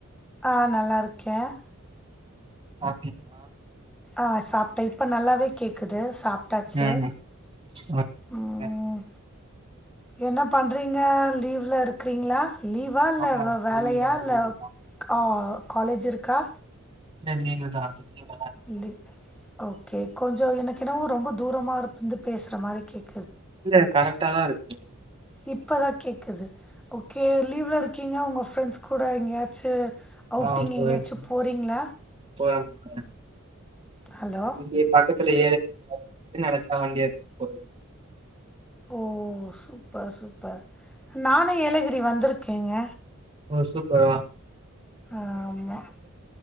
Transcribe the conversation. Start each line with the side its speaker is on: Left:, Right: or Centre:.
Centre: ஆ நல் லா இருக்கேன்
Right: ஓ
Centre: ஆ சாப்ட்டேன் இப்ப நல்லாவே கேக் கேக்குது சாப்டாச்சி
Right: ம் ஓகே.
Centre: ம் என்ன பண்ணுறீங்க லீவ்வுல இருக்கிறீங்களா லீவா இல்லை
Right: ஆமா
Centre: வேலையா
Right: லீவுதா
Centre: இல்லை
Right: லீவுதா
Centre: கா காலேஜ் இருக்கா
Right: செரி <unintelligible>
Centre: ன்றி ஓகே கொஞ்சம் எனக்கு என்னவோ ரொம்ப தூரமா இருந்து பேசுற மாதிரி கேக்
Right: இல்ல கரெக்ட்டா தான் இருக்கு
Centre: இப்போ தான் கேக்குது ஓகே லீவ்வுல இருக்கீங்க உங்கள் ஃப்ரெண்ட்ஸ் கூட எங்கேயாச்சு அவுட்டிங்
Right: ஆ போறேன்
Centre: எங்கேயாச்சு போறீங்களா?
Right: <unintelligible>
Centre: ஹலோ
Right: இங்கே பக்கத்துல ஏற நர ஆ வண்டி எடுத்து போ
Centre: ஓ சூப்பர் சூப்பர் நானே ஏலகிரி வந்திருக்கேங்க
Right: ஓ சூப்பர் ஆ
Centre: ஆமா